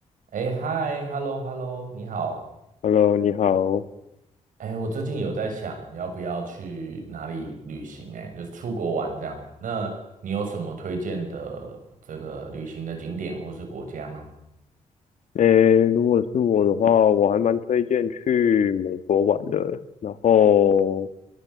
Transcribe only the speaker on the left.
Hello，你好。
诶，如果是我的话，我还蛮推荐去美国玩的。然后，